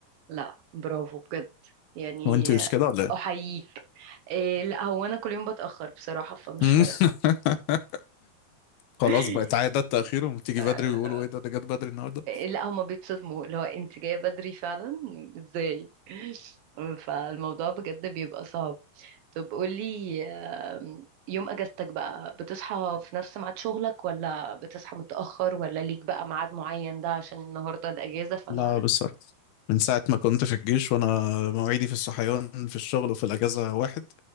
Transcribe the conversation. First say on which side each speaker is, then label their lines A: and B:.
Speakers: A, on the right; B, on the left.
A: لا برافو بجد يعني
B: وانت مش كده ولا ايه
A: احييك إيه لا هو انا كل يوم بتاخر بصراحه فمش
B: <laughs>
A: فارقه
B: خلاص
A: <laughs>
B: بقت عاده التاخير وبتيجي
A: آه،
B: بدري ويقولوا ايه ده ده جت بدري النهارده
A: لا هما بيتصدموا اللي هو انت جايه بدري فعلا ازاي فالموضوع بجد بيبقى صعب طب قولي آم، يوم اجازتك بقى بتصحى في نفس ميعاد شغلك ولا بتصحى متاخر ولا ليك بقى ميعاد معين ده عشان النهارده الاجازه فانا
B: لا بالظبط من ساعة ما كنت في الجيش وأنا مواعيدي في الصحيان في الشغل وفي الأجازة واحد